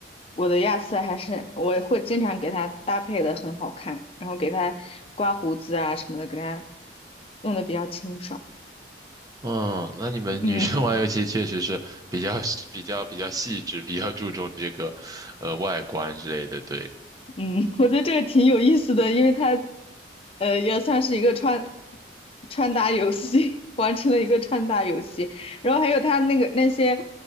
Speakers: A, on the left; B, on the right.
A: 我的亚瑟还是我会经常给他搭配的很好看，然后给他刮胡子啊什么的，给他弄得比较清爽。
B: 嗯，那你们女生玩游戏确实是比较比较比较细致，
A: <laughs> 嗯。
B: 比较注重这个，呃，外观之类的，对。
A: 嗯，<laughs> 我觉得这个挺有意思的，因为它，呃，也算是一个穿穿搭游戏，<laughs> 完成了一个穿搭游戏。然后还有它那个那些，